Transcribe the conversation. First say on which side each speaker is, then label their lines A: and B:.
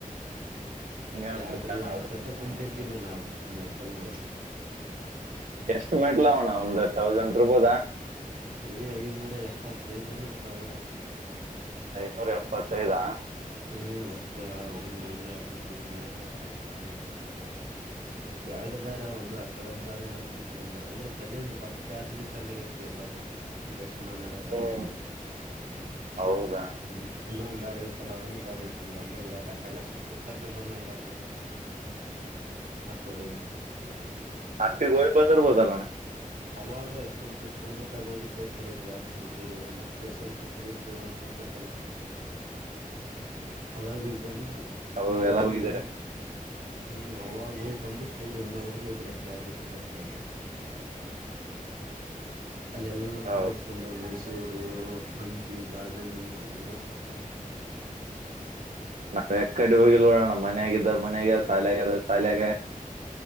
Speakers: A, on the right; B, on the right.
A: ಹಂಗ ಅನ್ಸುತ್ತಣ್ಣ
B: ಎರಡ್ ಎರಡ್
A: ಅದು
B: ಸತಿ ಕುಂತಿದ್ನಿ ದು ನಾನ ಮೆಟ್ಟಲ್ಗಳು
A: ಎಷ್ಟ ಮೆಟ್ಲು ಅವಣ ಒಂದು ತೌಸಂಡ್ ಇರುಬೋದಾ
B: ಏ್ ಐನೂರ ಎಪ್ಪತ್ತೈದ ಏನಷ್ಟ ಅವೇ ಅವು
A: ಐನೂರ ಎಪ್ಪತ್ತೈದಾ
B: ಹ್ಮ್ ಅಷ್ಟೇ ಒಂದು ಐನೂರ ಎಪ್ಪತ್ತೈದು್ ಮ್ಯಾಗ ಅವೇ ಎರಡ್ ದಾರ ಅಂದ್ರೆ ಅಕಡೆ ಒಂದ ದಾರಿಐತಿ ಈಕಡೆ ಒಂದ ದಾರ ಅಂದ್ರೆ ಪ್ರೆಸೆಂಟ್ ಫಸ್ಟ್ ಇಂದ ಚೆನ್ನಾಗ ಐತಿ ದರ್ಶನ ನೋಡಕೆಲ್ಲ
A: ಹ್ಮ್
B: ನೋಡಾಕ
A: ಹೌದಾ
B: ಹ್ಮ ಇನ್ನೊಂದು ಬಾರಿ ಐತಲ್ಲ ಅದನ್ನು ಬಾರಿ ಐತ ಅಂತಂದ್ರೆ ಲೆಕ್ಕಾಕಾಳ ಎಷ್ಟು ಸುತ್ತರ್ಕೊಂಬಂದ ಹಂಗೆ ಆತದೇ ಆಕಡೇ
A: ಅಂಗಡಿ ಹೋಗಿ ಬಂದಿರ್ಬೋದಲ್ಲಣ್ಣ
B: ಅವಾಗ ಎಸ್ ಎಲ್ ಸಿ ಸ್ಟೋರ್ ಇದ್ದಾಗ ಹೋಗಿದ್ದೆ ಕರೆ ಬ್ಯಾಸ್ ಹುಡುಗರು ಒಂದು S L C pre store ಅಂತ ತಲ್ಲ
A: ಹ
B: ಅವಾಗ ಹೋಗ್ ಬಂದಿದ್ದು
A: ಅವ್ರು
B: ಅವಾಗ
A: ಎಲ್ಲ
B: ಹೋಗ್
A: ಹೋಗಿದಾರೆ
B: ಬಂದ್ ಹ್ಮ್ ಅವಾಗ ಹೋಗ್ ಬಂದ ಸ್ಟೂರ್ ಇನ್ನವರೆಗ ಹೋಗಿಲ್ಲ K R T C bus ನಾಗ ಅಲ್ಲಿ ಎಲ್ಲ
A: ಹೌದು
B: ತಿರುಗಾಡಿ <unintelligible> ಮಹಷೂ ಚೂರು ಹಂಪಿ ಬಾದಾಮಿ ಎಲ್ಲಾ
A: ನಾವ್ ಏತ್ಕಡೆ ಹೋಗಿಲಲ್ಲಣ್ಣಮನ್ಯಾಗಿದ್ದ್ರ
B: ಪಟ್ಟ
A: ಮನ್ಯಾಗ ಶಾಲೆಗಿದ್ದವರು ಶಾಲೆಯಾಗೆ